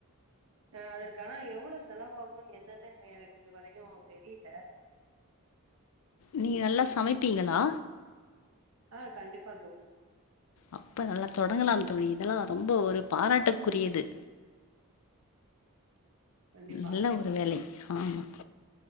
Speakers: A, on the right; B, on the left.
A: அ அதற்கானா எவ்ளோ செலவாகு என்னன்னு எனக்கு இதுவரையு தெரில
B: நீங்க நல்லா சமைப்பீங்களா
A: ஆ கண்டிப்பா தோழி
B: அப்ப நல்லா தொடங்கலா தோழி இதெல்லா ரொம்ப ஒரு பாராட்டுக்குரியது
A: கண்டிப்பா
B: நல்ல ஒரு வேலை ஆமா